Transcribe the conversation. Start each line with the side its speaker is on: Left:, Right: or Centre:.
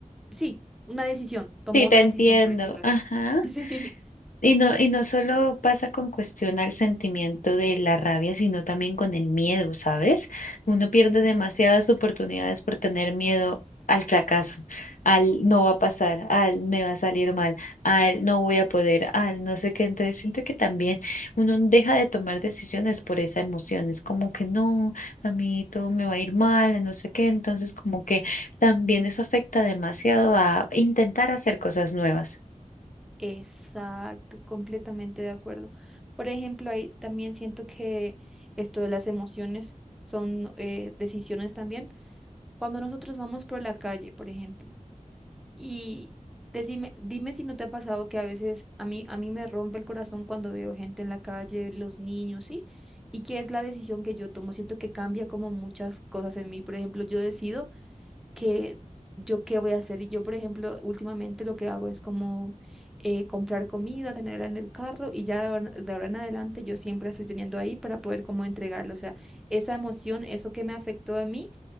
Centre: sí, una decisión, tomó
Left: Sí,
Centre: una
Left: te entiendo.
Centre: decisión por decirlo así.
Left: Ajá.
Centre: <laughs> Sí.
Left: Y no, y no solo pasa con cuestión al sentimiento de la rabia, sino también con el miedo, ¿sabes? Uno pierde
Centre: Sí.
Left: demasiadas oportunidades por tener miedo al fracaso, al no va a pasar, al me va a salir mal, al no voy a poder, al no sé qué. Entonces siento que también uno deja de tomar decisiones por esa emoción. Es como que no, a mí todo me va a ir mal, no sé qué. Entonces como que también eso afecta demasiado a intentar hacer cosas nuevas.
Centre: Exacto, completamente de acuerdo. Por ejemplo, ahí también siento que esto de las emociones son eh, decisiones también. Cuando nosotros vamos por la calle, por ejemplo, y decime, dime si no te ha pasado que a veces a mí, a mí me rompe el corazón cuando veo gente en la calle, los niños, ¿sí? ¿Y qué es la decisión que yo tomo? Siento que cambia como muchas cosas en mí. Por ejemplo, yo decido que yo qué voy a hacer. Y yo, por ejemplo, últimamente lo que hago es como eh, comprar comida, tenerla en el carro y ya de ahora de ahora en adelante yo siempre la estoy teniendo ahí para poder como entregarlo. O sea, esa emoción, eso que me afectó a mí,